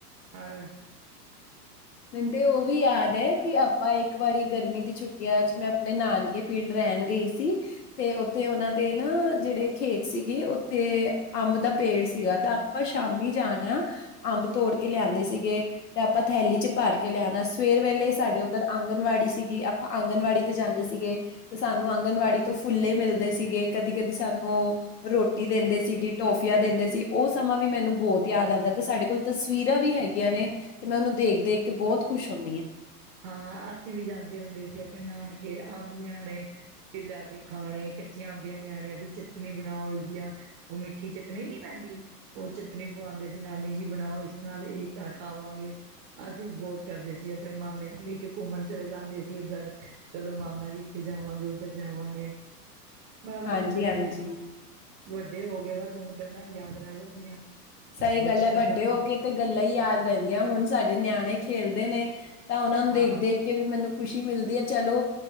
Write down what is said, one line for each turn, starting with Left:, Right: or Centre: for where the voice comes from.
Right: ਹਰ
Left: ਮੈਨੂੰ ਤੇ ਉਹ ਵੀ ਯਾਦ ਐ, ਕਿ ਆਪਾਂ ਇੱਕ ਵਾਰੀ ਗਰਮੀ ਦੀ ਛੁੱਟੀਆ'ਚ ਮੈਂ ਅਪਣੇ ਨਾਨਕੇ ਪਿੰਡ ਰਹਿਣ ਗਈ ਸੀ ਤੇ ਉੱਥੇ ਉਹਨਾਂ ਦੇ ਨਾ, ਜਿਹੜੇ ਖੇਤ ਸੀਗੇ ਉੱਥੇ ਅੰਬ ਦਾ ਪੇੜ ਸੀਗਾ, ਤਾਂ ਆਪਾਂ ਸ਼ਾਮੀ ਜਾਣਾ ਅੰਬ ਤੋੜਕੇ ਲਿਆਂਦੇ ਸੀਗੇ, ਤੇ ਆਪਾ ਥੈਲੀ'ਚ ਭਰਕੇ ਲਿਆਣਾ, ਸਵੇਰ ਵੇਲੇ ਸਾਡੇ ਉੱਧਰ ਆਂਗਣਵਾੜੀ ਸੀਗੀ, ਆਪਾ ਆਂਗਨਵਾੜੀ 'ਤੇ ਜਾਂਦੇ ਸੀਗੇ। ਤੇ ਸਾਨੂੰ ਆਂਗਨਵਾੜੀ ਤੋਂ ਫੁੱਲੇ ਮਿਲਦੇ ਸੀਗੇ, ਕਦੀ-ਕਦੀ ਸਾਨੂੰ ਉਹ ਰ੍ਹੋਟੀ ਦਿੰਦੇ ਸੀ ਜੀ, ਟੋਫਿਆ ਦਿੰਦੇ ਸੀ, ਉਹ ਸਮਾਂ ਵੀ ਮੈਨੂੰ ਬਹੁਤ ਯਾਦ ਆਂਦਾ ਤੇ ਸਾਡੇ ਕੋਲ ਤਸਵੀਰਾ ਵੀ ਹੈਗੀਆਂ ਨੇ, ਤੇ ਮੈਂ ਉਹਨੂੰ ਦੇਖ-ਦੇਖਕੇ ਬਹੁਤ ਖੁਸ਼ ਹੁੰਨੀ ਆ।
Right: ਹਾਂ, ਅਸੀਂ ਵੀ ਜਾਂਦੇ ਹੁੰਦੇ ਸੀ ਆਪਣੇ ਨਾਨਕੇ ਅੰਬ ਲਿਆਣੇ ਫਿਰ ਲਿਆਕੇ ਖਾਣੇ, ਕੱਚੀਆਂ ਅੰਬੀਆਂ ਲਿਆਣੀਆਂ ਫਿਰ ਚਟਨੀ ਬਣਾਓ ਉਸਦੀਆ। ਉਹ ਮਿੱਠੀ ਚਟਣੀ ਨੀ ਪੈਂਦੀ। ਉਹ ਚਟਨੀ ਪਵਾਂਦੇ ਸੀ, ਨਾਨੀ ਜੀ ਬਣਾਓ ਇਸ ਨਾਲ, ਏ ਖਾਵਾਂਗੇ। ਅਸੀ ਵੀ ਬਹੁਤ ਕਰਦੇ ਸੀ, ਅਪਣੇ ਮਾਮੇ ਲੇਕੇ ਘੁੰਮਣ ਚਲੇ ਜਾਂਦੇ ਸੀ ਉੱਧਰ, ਚਲੋ ਮਾਮਾ ਜੀ ਇੱਥੇ ਜਾਵਾਂਗੇ, ਉੱਧਰ ਜਾਵਾਂਗੇ। ਬਸ
Left: ਹਾਂਜੀ-ਹਾਂਜੀ।
Right: ਹੁਣ ਜਦ ਦੇ ਵੱਡੇ ਹੋਗੇ, ਬਸ ਹੁਣ ਗੱਲਾਂ ਯਾਦ ਰਹਿ ਜਾਂਦੀਆਂ।
Left: ਸਹੀ
Right: ਬਚਪਨ
Left: ਗੱਲ ਐ, ਵੱਡੇ
Right: ਤਾਂ
Left: ਹੋਕੇ ਤੇ ਗੱਲਾ ਈ ਯਾਦ ਰਹਿੰਦੀਆਂ, ਹੁਣ ਸਾਡੇ ਨਿਆਣੇ ਖੇਲਦੇ ਨੇ ਤਾਂ ਉਹਨਾ ਨੂੰ
Right: ਹਾਂ
Left: ਦੇਖ-ਦੇਖਕੇ ਵੀ ਮੈਨੂੰ ਖੁਸ਼ੀ ਮਿਲਦੀ ਏ, ਚਲੋ